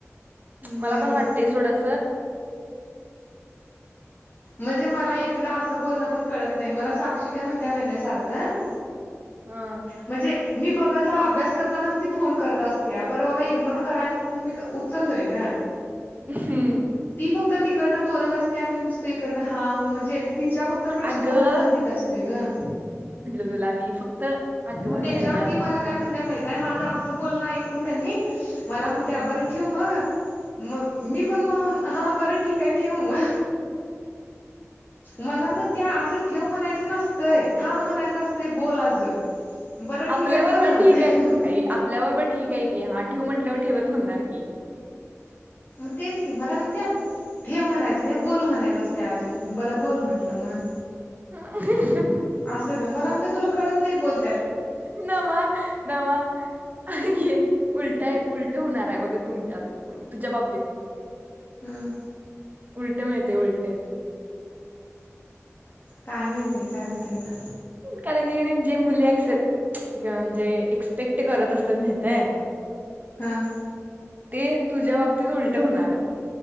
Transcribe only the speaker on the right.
मला
पण वाटतंय
सोड असं.
हम
हम्म
अगं
गुलामी फक्त आठवणी
आल्या
ह
हम्म.
आपल्या
बरबर
ठीक आहे
आई आपल्या बरबर ठीक आहे की ह् ठेवू ठेव म्हटल्यावर ठेवच म्हणणार की
ह्
नमा नमा हे उलट आहे उलट होणार आहे व बघ तुमच्या तुझ्या बाबतीत-‍-
उलटे मिळतंय उलट
कारण की जे मुली अक्सेप्ट म्हणजे एसपेक्ट करत असतात माहित आहे
ते तुझ्या बाबतीत उलट होणार आहे.